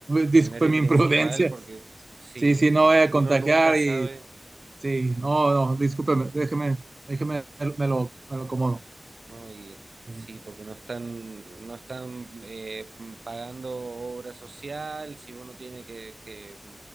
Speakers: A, on the right; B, on the right.
A: Disculpe
B: Primero y
A: mi
B: principal,
A: imprudencia.
B: porque sí,
A: Sí, sí,
B: eh,
A: no voy a
B: uno
A: contagiar
B: nunca sabe.
A: y Sí, no, no, discúlpeme, déjeme, déjeme, me me lo, me lo acomodo.
B: No, y sí,
A: Sí,
B: porque no están, no están eh, pagando obra social, si uno tiene que, que